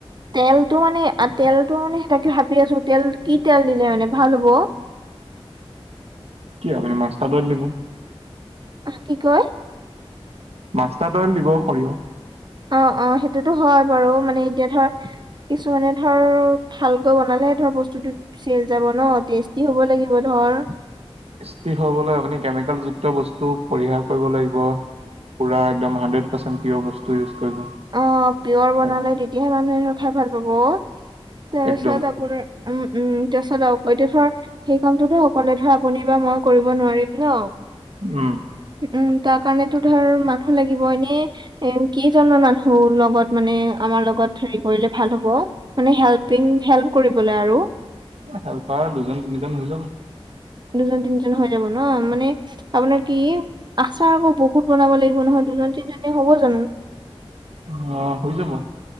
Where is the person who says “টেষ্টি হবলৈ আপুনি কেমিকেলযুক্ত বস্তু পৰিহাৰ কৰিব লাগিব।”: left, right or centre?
Right